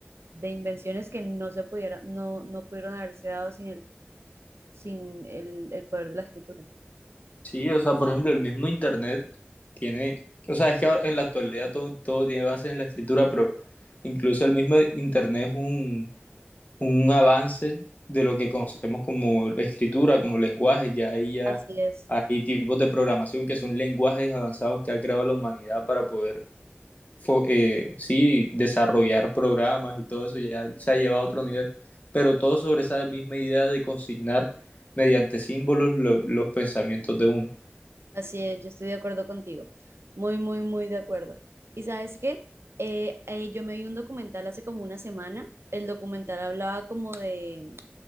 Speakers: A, on the right (about 85°); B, on the left (about 40°).
A: de invenciones que no se pudiera, no, no pudieron haberse dado sin el, sin el, el poder de la escritura.
B: Sí, o sea, por ejemplo, el mismo Internet tiene, o sea, es que ahora en la actualidad todo, todo tiene base en la escritura, pero incluso el mismo Internet es un, un avance de lo que conocemos como escritura, como lenguaje, ya ahí ya
A: Así es,
B: hay tipos de programación que son lenguajes avanzados que ha creado la humanidad para poder eh, sí, desarrollar programas y todo eso, ya se ha llevado a otro nivel, pero todo sobre esa misma idea de consignar mediante símbolos lo, los pensamientos de uno.
A: así es, yo estoy de acuerdo contigo, muy, muy, muy de acuerdo. ¿Y sabes qué? Eh, eh, yo me vi un documental hace como una semana, el documental hablaba como de